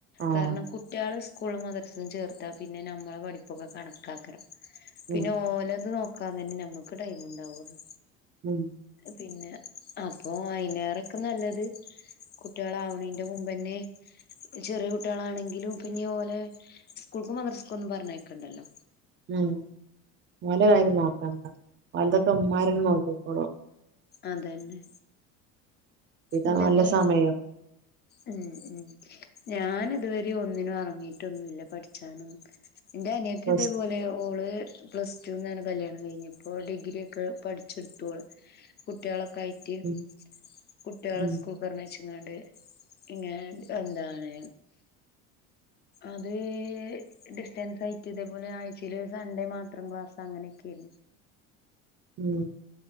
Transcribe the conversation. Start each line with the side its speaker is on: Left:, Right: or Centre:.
Right: ആഹ്
Left: കാരണം കുട്ട്യാള് സ്കൂള് മദർസം ചേർത്താ പിന്നെ നമ്മളെ പഠിപ്പൊക്കെ കണക്കാക്കരം പിന്നെ
Right: ഉം
Left: ഓലത് നോക്കാൻ തന്നെ ഞമ്മക്ക് ടൈം ഉണ്ടാവുള്ളു
Right: ഉം
Left: പിന്നെ അപ്പൊ അയിനേറെക്കെ നല്ലത് കുട്ട്യാളവ്ണേന്റെ മുമ്പെന്നെ ചെറിയ കുട്ട്യാളെണെങ്കിലും പിന്നെ ഓലെ സ്കൂൾക്കും മദർസ്കൊന്നും പറഞ്ഞയക്കണ്ടല്ലോ
Right: ഉം മോന്റെ കാര്യം നോക്കണ്ട ഓൽതൊക്കെ ഉമ്മാരന്നെ നോക്കിക്കോളും
Left: അതെന്നെ
Right: ഇതാ
Left: ഇതിപ്പോ
Right: നല്ല സമയം
Left: ഉം ഉം ഞാൻ ഇതുവരീം ഒന്നിനും ഇറങ്ങീട്ടൊന്നുല്ല പഠിച്ചാനും ഒന്നും ഇന്റെ അനിയത്തി
Right: റെസ്റ്റ്
Left: ഇതേപോലെ ഓള് പ്ലസ് ട്ടൂന്നാണ് കല്യാണം കഴിഞ്ഞ് ഇപ്പോ ഡിഗ്രിയൊക്കെ പഠിച്ചെടുത്തു ഓള് കുട്ട്യാളൊക്കെ ആയിട്ട്
Right: ഉം
Left: കുട്ട്യാളെ
Right: ഉം
Left: സ്കൂള്ക്ക് പറഞ്ഞയച്ച്ങ്ങാണ്ട് ഇങ്ങെനെ എന്താണ് അത് ഡിസ്റ്റൻസ് ആയിട്ട് ഇതേപോലെ ആഴ്ചയില് സൺഡേ മാത്രം ക്ലാസ് അങ്ങനെയൊക്കേര്ന്ന്
Right: ഉം